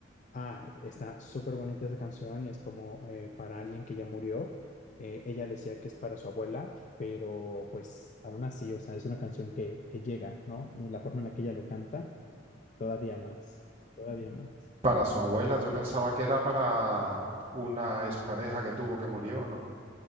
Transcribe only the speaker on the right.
Para su abuela, yo pensaba que era para una expareja que tuvo que murió, ¿no?